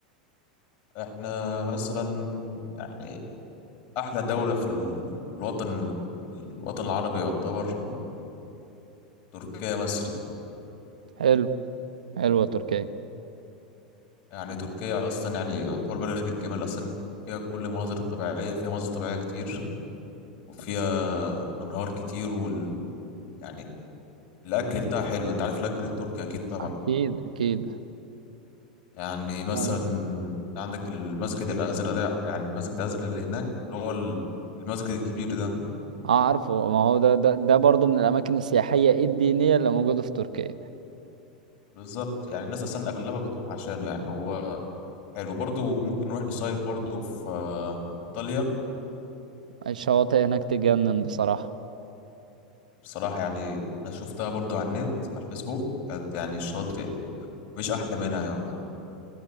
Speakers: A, on the left (about 45°); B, on the right (about 75°).
A: احنا مثلا يعني احلى دوله في ال- الوطن الوطن العربي يعتبر تركيا مثلا
B: حلو حلوة تركيا
A: يعني تركيا اصلا يعني يعتبر بلد الجمال اصلا فيها كل المناظر الطبيعيه فيها مناظر طبيعيه كتير وفيها انهار كتير وال يعني الاكل بتاعها حلو انت عارف الاكل التركي اكيد طبعا
B: اكيد اكيد
A: يعني مثلا
B: آه،
A: عندك المسجد الازرق ده يعني المسجد الازرق اللي هناك اللي هو ال- المسجد الكبير ده
B: اه عارفه ما هو ده ده, ده برضو من الاماكن السياحية الدينية اللي موجودة في تركيا
A: بالظبط يعني الناس اصلا اغلبها بتروح عشانه يعني هو حلو برضه ممكن نروح نصيف برضه في آه، انطاليا
B: الشواطئ هناك تجنن بصراحة
A: بصراحة يعني أنا شفتها برضو على النت على الفيسبوك كانت يعني الشاطئ مفيش أحلى منها يعتبر